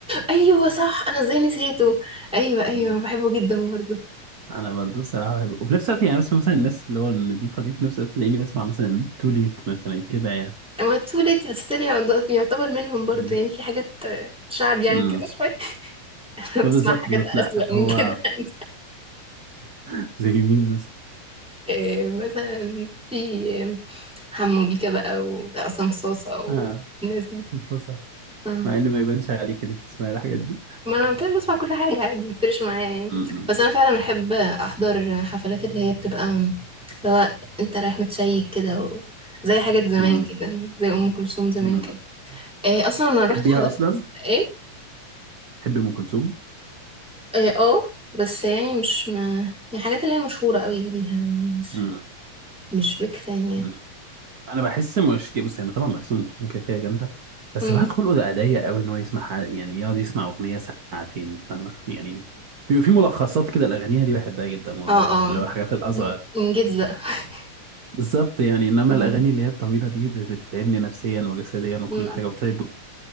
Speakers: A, in the centre; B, on the right.
A: ايوه صح انا ازاي نسيته ايوه ايوه
B: مم.
A: انا بحبه جدا برضه
B: انا برضه الصراحه بحب وفي نفس الوقت يعني بسمع مثلا الناس اللي هو النضيفه دي في نفس الوقت تلاقيني بسمع مثلا تو ليت مثلا كده يعني
A: ما التوليت ستيل يعتبر منهم برضه
B: مم.
A: يعني في حاجات آه، شعب يعني
B: مم.
A: كده شوية <laughs> أنا
B: ما
A: بسمع
B: بالظبط
A: حاجات
B: بالظبط لا
A: أسوأ من
B: هو
A: كده يعني
B: <laughs> زي مين مثلا
A: إيه مثلا في آه، حمو بيكا بقى وعصام صاصة والناس
B: اه
A: دي
B: اتفضل.
A: آه.
B: مع ان ما يبانش عليك انك تسمعي الحاجات دي
A: ما أنا قلت لك بسمع كل حاجة عادي مفرقش معايا يعني
B: مم.
A: بس أنا فعلا أحب أحضر حفلات اللي هي بتبقى اللي هو أنت رايح متشيك كده و... زي حاجات زمان
B: مم.
A: كده زي أم كلثوم زمان
B: مم.
A: كده إيه أصلا أنا رحت
B: تحبيها
A: حضرت
B: اصلا
A: إيه
B: تحب ام كلثوم
A: اه آه، بس يعني مش م... يعني الحاجات اللي هي مشهورة قوي دي ليها يعني مش
B: مم.
A: مش بيك فان يعني
B: مم. انا بحس مش كده. بص يعني طبعا بحس ام كلثوم كده كده جامده بس
A: مم.
B: بعد خلقه ده ضيق قوي ان هو يسمع ح- يعني يقعد يسمع اغنيه ساعتين فاهمه يعني بيبقى في ملخصات كده الاغانيها دي بحبها جدا والله
A: اه
B: اللي
A: اه
B: هو الحاجات الاصغر
A: لا، انجزي بقى <laughs>
B: بالظبط يعني انما
A: آه.
B: الاغاني اللي هي الطويله دي ب- بتتعبني نفسيا وجسديا وكل
A: مم.
B: حاجه وبتتعب